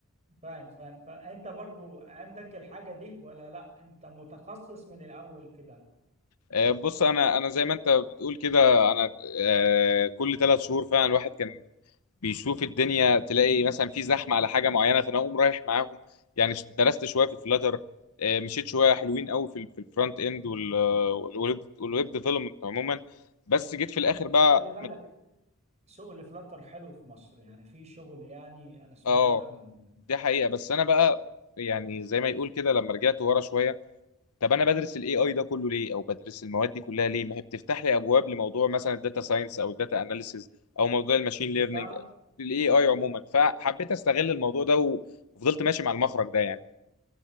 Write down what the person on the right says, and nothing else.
فاهم فاهم فانت برضو عندك الحاجة دي ولا لا انت متخصص من الاول كده
بس
خلي بالك شغل فلاتر حلو في مصر يعني في شغل يعني انا سمعت
عنه يعني.
بس
تعرف